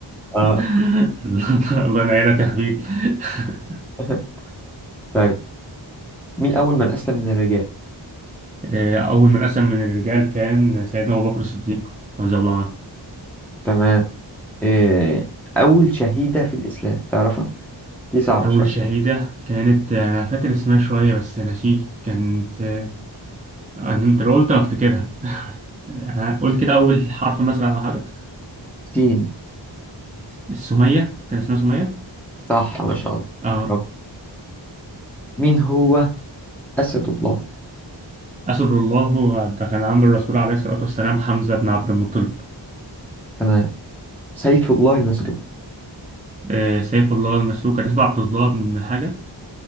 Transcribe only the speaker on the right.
<laughs> الله ينعينا تخبيء <laughs>
آه، أول من أسلم من الرجال كان سيدنا أبو بكر الصديق رضي الله عنه
أول
شهيدة كانت آه، أنا فاكر اسمها شوية بس ناسيه كانت آه، انت لو قلت هفتكرها <laughs> قول كده اول حرف مثلا او حاجه
السميه كان اسمها سميه
اه
اسد الله ده كان عم الرسول عليه الصلاه والسلام حمزه بن عبد المطلب
آه سيف الله المسلوك كان اسمه عبد الله بن حاجه